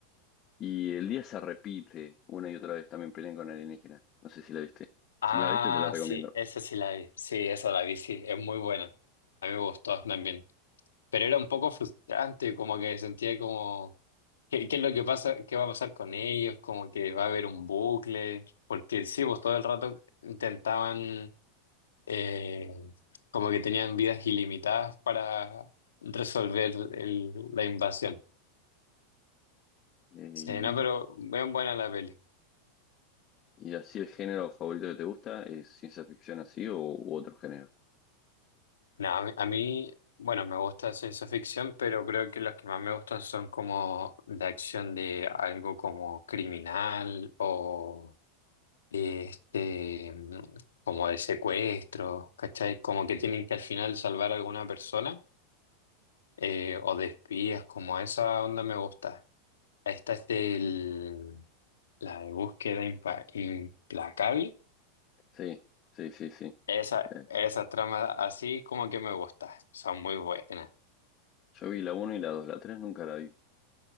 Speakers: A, on the left; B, on the left.
A: Y el día se repite una y otra vez, también pelean con alienígenas. No sé si la viste.
B: Ah,
A: Si no la viste, te la recomiendo.
B: sí, esa sí la vi. Sí, esa la vi, sí. Es muy buena. A mí me gustó también. pero era un poco frustrante, como que sentía como, ¿qué, qué es lo que pasa? ¿Qué va a pasar con ellos? Como que va a haber un bucle, porque sí, pues todo el rato intentaban, eh, como que tenían vidas ilimitadas para resolver el- la invasión.
A: Eh,
B: Sí,
A: y,
B: no, pero bien buena la peli.
A: y así el género favorito que te gusta es ciencia ficción así o u otro género.
B: No, a mí, a mí, bueno, me gusta ciencia ficción, pero creo que las que más me gustan son como de acción de algo como criminal o... este, como de secuestros, ¿cachai? Como que tienen que al final salvar a alguna persona, eh, o de espías, como esa onda me gusta. Esta es del, la de búsqueda impa- implacable.
A: Sí, sí, sí, sí.
B: Esa,
A: Eh,
B: esa trama así como que me gusta, son muy buenas.
A: yo vi la uno y la 2, la 3 nunca la vi.